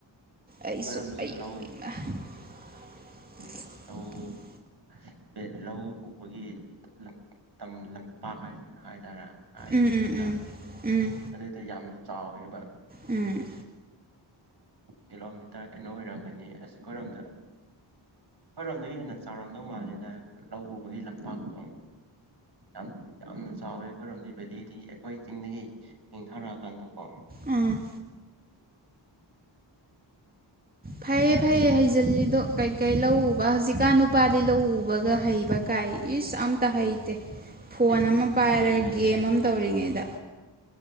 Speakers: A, on the right; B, on the right.
A: ꯑꯩꯁꯨ
B: ꯑꯩꯈꯣꯏꯔꯣꯝꯗꯁꯨ
A: ꯑꯩꯍꯣꯏꯃꯥ
B: ꯂꯧ
A: <unintelligible>
B: ꯎꯝ <unintelligible> ꯂꯧ ꯎꯕꯒꯤ ꯂꯝ ꯇꯝ ꯂꯝꯄꯥꯛ ꯍꯥꯏ ꯍꯥꯏꯇꯥꯔꯦ ꯍꯥꯏꯒꯔꯦꯗ꯭ꯔꯥ
A: ꯎꯝ ꯎꯝ ꯎꯝ ꯎꯝ
B: ꯑꯗꯨꯗ ꯌꯥꯝ ꯆꯥꯎꯋꯦꯕ꯫
A: ꯎꯝ
B: ꯀꯤꯂꯣꯃꯤꯇꯔ ꯀꯩꯅꯣ ꯑꯣꯏꯔꯝꯒꯅꯤ ꯑꯁ ꯑꯈꯣꯏꯔꯣꯝꯗ ꯍꯣꯏꯔꯣꯝꯗꯒꯤ ꯍꯦꯟꯅ ꯆꯥꯎꯔꯝꯗꯧ ꯃꯥꯜꯂꯦꯗ ꯂꯧ ꯎꯕꯒꯤ ꯂꯝꯄꯥꯛꯇꯣ꯫ ꯌꯥꯝ ꯌꯥꯝꯅ ꯆꯥꯎꯋꯦ ꯈꯣꯏ ꯔꯣꯝꯗꯤ ꯕꯦꯂꯤꯗꯤ ꯑꯩꯈꯣꯏ ꯆꯤꯡꯗꯒꯤ ꯅꯤꯡꯊꯔꯛꯑꯀꯥꯟꯗꯀꯣ
A: ꯑ ꯐꯩꯌꯦ ꯐꯩꯌꯦ ꯍꯩꯖꯤꯜꯂꯤꯗꯣ ꯀꯩ ꯀꯩ ꯂꯧ ꯎꯕ ꯍꯧꯖꯤꯛꯀꯥꯟ ꯅꯨꯄꯥꯗꯤ ꯂꯧ ꯎꯕꯒ ꯍꯩꯕ ꯀꯥꯏ ꯏꯁ ꯑ ꯇ ꯍꯩꯇꯦ ꯐꯣꯟ
B: ꯏꯁ
A: ꯑꯃ ꯄꯥꯏꯔꯒ
B: ꯍꯩꯕꯅꯤ
A: ꯒꯦꯝ
B: ꯍꯩꯕꯅꯤ
A: ꯑꯃ ꯇꯧꯔꯤꯉꯩꯗ